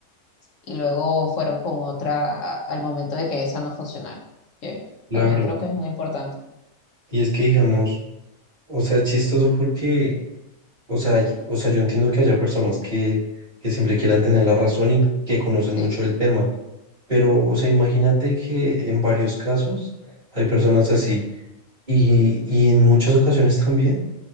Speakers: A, on the left; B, on the right.
A: y luego fueron con otra a- al momento de que esa no funcionara, que
B: Claro.
A: también creo que es muy importante.
B: Y es que digamos, o sea, es chistoso porque O sea, y- o sea, yo entiendo que haya personas que, que siempre quieran tener la razón y que conocen
A: Sí.
B: mucho el tema, pero, o sea, imagínate que en varios casos hay personas así y, y en muchas ocasiones también